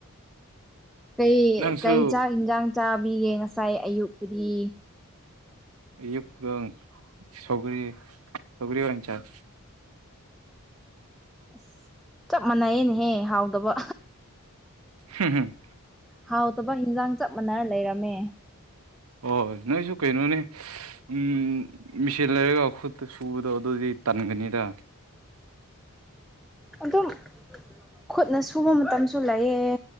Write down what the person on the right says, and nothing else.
ꯅꯪꯁꯨ
ꯑꯌꯨꯛꯇ ꯁꯧꯒꯔꯤ ꯁꯧꯒꯔꯤ ꯑꯣꯏꯅ ꯆꯥꯏ
ꯍꯝ ꯍꯝ
ꯑꯣ ꯅꯣꯏꯁꯨ ꯀꯩꯅꯣꯅꯦ ꯎꯝ ꯃꯦꯆꯤꯟ ꯂꯩꯔꯒ ꯈꯨꯠꯇ ꯁꯨꯕꯗꯣ ꯑꯗꯨꯗꯤ ꯇꯟꯒꯅꯤꯗ